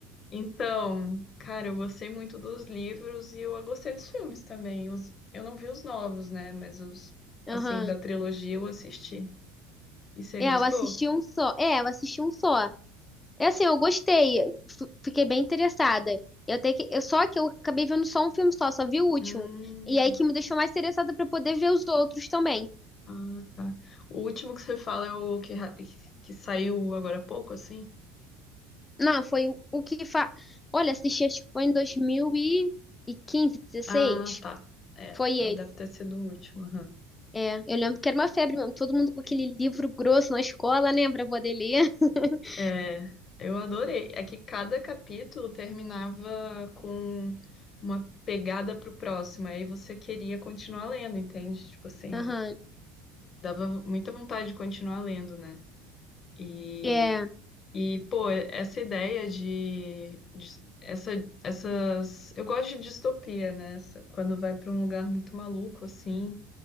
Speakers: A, on the left; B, on the left.
A: Então, cara, eu gostei muito dos livros e eu gostei dos filmes também. Os, eu não vi os novos, né? Mas os,
B: <laughs>
A: assim,
B: Aham.
A: da trilogia eu assisti. E você
B: É,
A: gostou?
B: eu assisti um só. É, eu assisti um só. É assim, eu gostei. F- Fiquei bem interessada. Eu até que, eu, só que eu acabei vendo só um filme só, só vi o último.
A: Hum,
B: E aí que me deixou mais interessada pra poder ver os outros também.
A: ah, tá. O último que você fala é o que, ra- que saiu agora há pouco, assim?
B: Não, foi o o que fa... Olha, assisti acho que foi em dois mil e quinze dezesseis
A: Ah, tá. É,
B: Foi
A: então
B: esse.
A: deve ter sido o último. aham.
B: É, eu lembro que era uma febre mesmo. Todo mundo com aquele livro grosso na escola, né? Pra poder ler. <laughs>
A: É, eu adorei. É que cada capítulo terminava com uma pegada pro próximo, aí você queria continuar lendo, entende? Tipo assim,
B: Aham.
A: dava muita vontade de continuar lendo, né? E,
B: É.
A: e pô, essa ideia de, de- essa, essas. Eu gosto de distopia, né? Essa- quando vai pra um lugar muito maluco, assim.